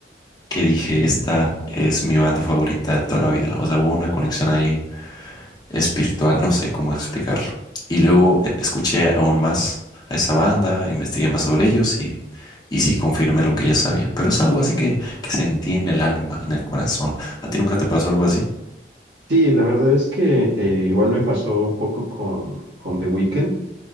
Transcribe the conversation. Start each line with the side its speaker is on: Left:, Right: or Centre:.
Left: que dije, esta es mi banda favorita de toda la vida. O sea, hubo una conexión ahí espiritual, no sé cómo explicarlo. Y luego eh, escuché aún más a esa banda, investigué más sobre ellos y, y sí confirmé lo que ya sabía. Pero es algo así que, que sentí en el alma, en el corazón. ¿A ti nunca te pasó algo así?
Right: Sí, la verdad es que eh, igual me pasó un poco con, con The Weeknd.